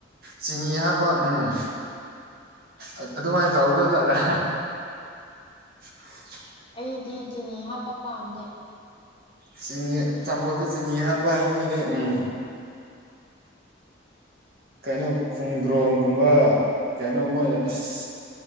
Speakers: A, on the right; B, on the left.
A: ꯆꯤꯅꯤ ꯍꯥꯞꯄ ꯎꯝ ꯑ ꯑꯗꯨꯃꯥꯏꯅ ꯇꯧꯒꯗꯕ ꯖꯥꯔꯥ <unintelligible>
B: ꯑꯩꯗꯤ ꯆꯤꯅꯤ ꯍꯥꯞꯄ ꯄꯥꯝꯗꯦ
A: ꯆꯤꯅꯤ ꯆꯝꯐꯨꯠꯗ ꯆꯤꯅꯤ ꯍꯥꯞꯄꯥ ꯍꯥꯏꯖꯤꯗꯤ ꯎꯝ ꯀꯩꯅꯣ ꯈꯣꯡꯗ꯭ꯔꯣꯡꯒꯨꯝꯕ ꯀꯩꯅꯣ ꯃꯣꯏꯅ ꯑꯁ